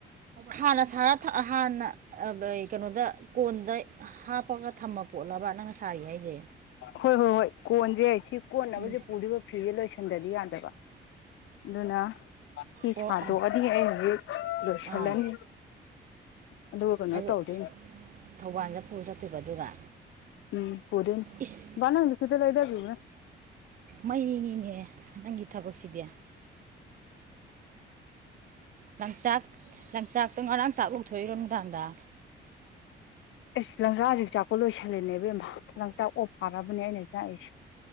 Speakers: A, on the right; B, on the left.
A: ꯍꯥꯟꯅ ꯁꯔ ꯍꯥꯟꯅ ꯀꯩꯅꯣꯗ ꯀꯣꯟꯗ ꯍꯥꯞꯄꯒ ꯊꯝꯃ ꯄꯣꯠꯂꯕ ꯅꯪꯅ ꯁꯥꯔꯤ ꯍꯥꯏꯁꯦ
B: ꯍꯣꯏ ꯍꯣꯏ ꯍꯣꯏ ꯀꯣꯟꯁꯦ ꯑꯩ ꯁꯤ ꯀꯣꯟꯅꯕꯁꯦ
A: ꯎꯝ
B: ꯄꯨꯔꯤꯕ ꯐꯤꯦ ꯂꯣꯏꯁꯂ ꯊꯦꯡꯗꯗꯤ ꯌꯥꯗꯕ ꯑꯗꯨꯅ ꯁꯤꯁꯥꯗꯣ
A: ꯑꯣ ꯑꯪ
B: ꯑꯗꯤ ꯑꯩ ꯂꯣꯁꯟ
A: ꯑꯥ
B: ꯂꯅꯤ ꯑꯗꯨꯒ ꯀꯩꯅꯣꯗ
A: ꯑꯗꯨ
B: ꯇꯧꯗꯣꯏꯅꯦ
A: ꯊꯧꯕꯥꯜꯗ ꯄꯨꯔ ꯆꯠꯇꯣꯏꯕ ꯑꯗꯨꯒ
B: ꯎꯝ ꯄꯗ
A: ꯏꯁ
B: ꯅꯥꯗꯈꯤꯗ ꯂꯩ ꯂꯩꯗꯕꯤ
A: ꯃꯩꯅꯤꯅꯦ ꯅꯪꯒꯤ ꯊꯕꯛꯁꯤꯗꯤ ꯂꯝꯆꯥꯛ ꯂꯝꯆꯥꯛꯇ ꯉꯔꯥꯡ ꯆꯥꯛ ꯂꯊꯣꯛꯏꯔꯣ ꯅꯨꯡꯗꯥꯡꯗ
B: ꯑꯦꯁ ꯂꯪꯆꯥꯛ ꯍꯧꯖꯤꯛ ꯆꯥꯛꯄꯣ ꯂꯣꯏꯁꯜꯂꯅꯦꯕꯦꯝꯃ ꯂꯪꯆꯥꯛ ꯑꯣꯐ ꯐꯥꯔꯕꯅꯦ ꯑꯩꯅ ꯆꯥꯛꯏꯁꯦ